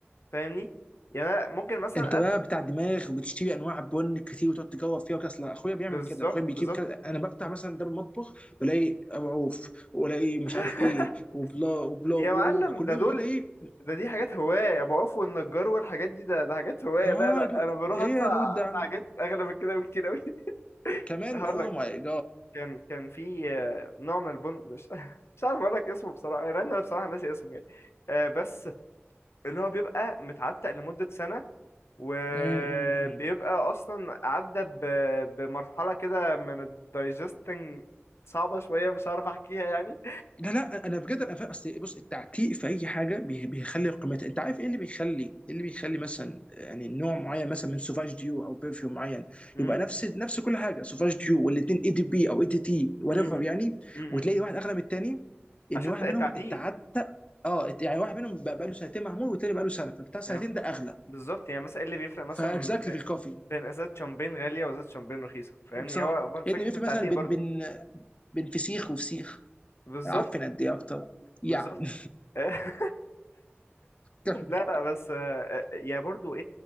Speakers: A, on the left; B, on the left.
A: فاهمني يعني انا ممكن مثلا
B: انت بقى
A: أت...
B: بتاع دماغ وبتشتري انواع بن كتير وتقعد تجوب فيها وكده اصل اخويا بيعمل
A: بالظبط
B: كده اخويا بيجيب
A: بالظبط
B: كده انا بفتح مثلا ده المطبخ بلاقي عوف والاقي مش
A: <laughs>
B: عارف ايه وبلا وبلا
A: يا
B: وكلهم
A: معلم ده دول
B: كده ايه
A: ده دي حاجات هواية أبو عوف والنجار والحاجات دي ده, ده حاجات هواية
B: اه
A: لا لا
B: دو
A: أنا بروح
B: ايه
A: أدفع
B: يا دود ده
A: أدفع
B: عم-
A: حاجات أغلى من كده بكتير أوي <laughs>
B: كمان
A: هقول
B: او
A: لك
B: ماي
A: كان كان في آه، نوع من البن مش <laughs> مش عارف أقول لك اسمه بصراحة لأن أنا بصراحة ناسي اسمه يعني آه، بس اللي هو بيبقى متعتق لمدة سنة وبيبقى
B: جاد
A: أصلا عدى ب- بمرحلة كده من الدايجستنج صعبة شوية مش عارف أحكيها يعني
B: لا لا انا بجد انا فاهم اصل بص التعتيق في اي حاجه بي- بيخلي قيمتها انت عارف ايه اللي بيخلي إيه اللي بيخلي مثلا يعني نوع معين مثلا من سوفاج ديو او برفيوم معين
A: امم
B: يبقى نفس نفس كل حاجه سوفاج ديو والاثنين اي دي بي او اي دي تي whatever
A: امم
B: يعني
A: امم
B: وتلاقي واحد اغلى من الثاني ان
A: عشان
B: واحد
A: الت- التعتيق
B: منهم اتعتق اه ات- يعني واحد منهم بقى له سنتين معمول والتاني بقى له سنه فبتاع سنتين
A: يعني
B: ده اغلى
A: بالظبط يعني مثلا ايه اللي بيفرق مثلا
B: فاكزاكتلي
A: ب...
B: في الكوفي
A: بين ازازه شامبين غاليه وازازه شامبين رخيصه فاهمني
B: صح
A: هو ب- فكره
B: إيه اللي بيفرق
A: التعتيق
B: مثلا بين
A: برضو
B: بين بين فسيخ وفسيخ
A: بالظبط
B: عفن قد ايه اكتر يعني
A: بالظبط <laughs>
B: <laughs> كمل
A: لا لا بس آه، آه، يا برضو